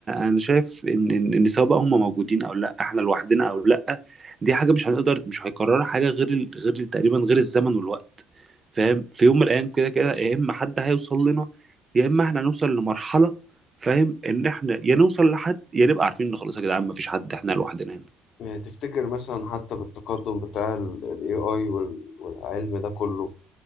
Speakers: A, on the right (about 30°); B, on the left (about 60°).
A: انا شايف ان ان إن سواء بقى هم موجودين او لا احنا لوحدنا او لا دي حاجه مش هنقدر مش هيكررها حاجه غير ال- غير ال- تقريبا غير الزمن والوقت فاهم في يوم من الايام كده كده يا اما حد هيوصل لنا يا اما احنا هنوصل لمرحله فاهم ان احنا يا نوصل لحد يا نبقى عارفين ان خلاص يا جدعان مفيش حد احنا لوحدنا هنا
B: يعني تفتكر مثلا حتى بالتقدم بتاع ال ال AI وال- والعلم ده كله